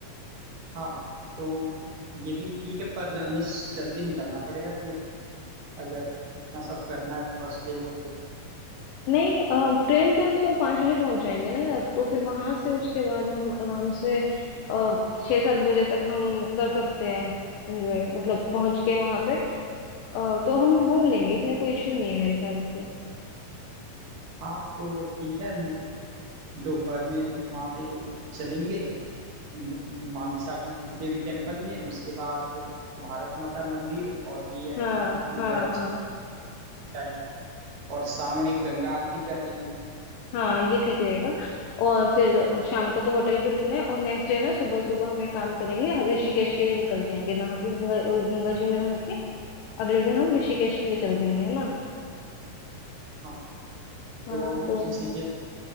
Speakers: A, on the right; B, on the left.
A: हाँ तो ये भी ठीक है पर हमें जल्दी निकलना पड़ेगा फिर अगर इतना सब करना है फर्स्ट डे में तो
B: नहीं ट्रेन से हम सुबह पाँच बजे पहुंच जाएंगे ना यार तो फिर वहां से उसके बाद हम आराम से अ, छह सात बजे तक हम कर सकते हैं एंजॉय मतलब पहुंच के वहां पे अ, तो हम घूम लेंगे इतने कोई इशू नहीं है मेरे ख्याल से
A: हाँ तो ठीक है दोपहर में फिर वहां पे चलेंगे म- मानसा देवी टेम्पल में उसके बाद भारत माता मंदिर और भी है
B: हाँ
A: उधर
B: हाँ हाँ
A: टाइम और शाम में गंगा आरती कर लेंगे
B: हाँ ये ठीक रहेगा और फिर शाम को तो होटल पे रुकना है और नेक्स्ट डे ना सुबह सुबह हम एक काम करेंगे ऋषिकेश के लिए निकल जाएंगे नहा के गंगा, गंगा जी में नहा के अगले दिन हम ऋषिकेश के लिए चल देंगे है ना
A: हाँ
B: हाँ
A: तो
B: तो
A: ऋषिकेश